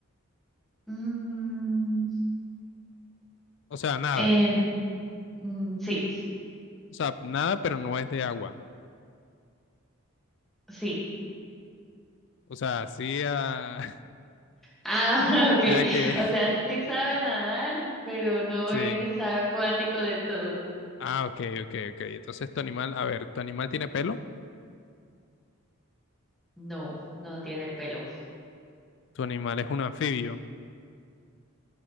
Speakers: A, in the centre; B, on the left.
A: Mm.
B: O sea, nada.
A: En- mm, sí,
B: O sea, nada, pero no es de agua.
A: sí.
B: O sea, sí, ah, <laughs>
A: Ah, <laughs> ok.
B: ya que,
A: O sea, sí sabe nadar, pero no
B: sí.
A: es acuático del todo.
B: Ah, ok, ok, ok. Entonces tu animal, a ver, ¿tu animal tiene pelo?
A: No, no tiene pelo.
B: Tu animal es un anfibio.